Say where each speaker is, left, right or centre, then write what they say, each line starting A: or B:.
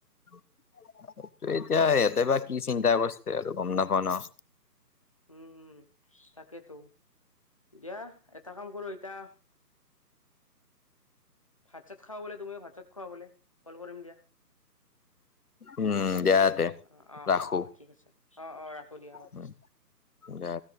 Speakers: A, on the left; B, on the left.
A: <inaudible> টো এতিয়া সিহঁতে বা কি চিন্তা কৰিছে আৰু গম নাপা ন।
B: উমম তাকেতো। দিয়া এটা কাম কৰো এতিয়া। ভাত চাত খাব বলে তুমি ভাত চাত খোৱা বলে কল কৰিম দিয়া।
A: উম দিয়া। ইয়াতে
B: অ অ
A: ৰাখো।
B: অ অ ঠিক আছে অ অ ৰাখো দিয়া অ।
A: উম দিয়া।